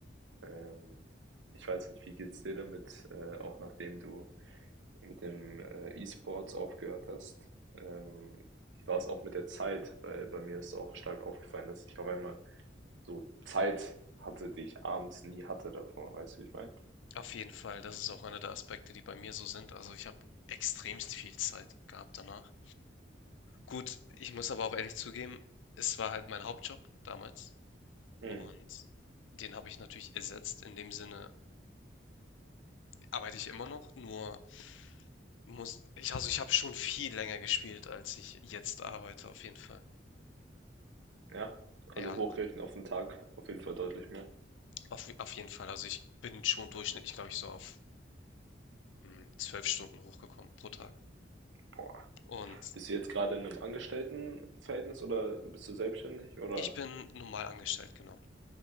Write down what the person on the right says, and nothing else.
Ähm, ich weiß nicht, wie geht's dir damit, äh, auch nachdem du mit dem äh, E-Sports aufgehört hast? Ähm, wie war es auch mit der Zeit? Weil bei mir ist auch stark aufgefallen, dass ich auf einmal so Zeit hatte, die ich abends nie hatte davor, weißt du, wie ich meine?
Hm.
Ja,
also hochrechnen auf den Tag auf jeden Fall deutlich mehr.
Boah.
Bist du jetzt gerade in einem Angestelltenverhältnis oder bist du selbstständig oder?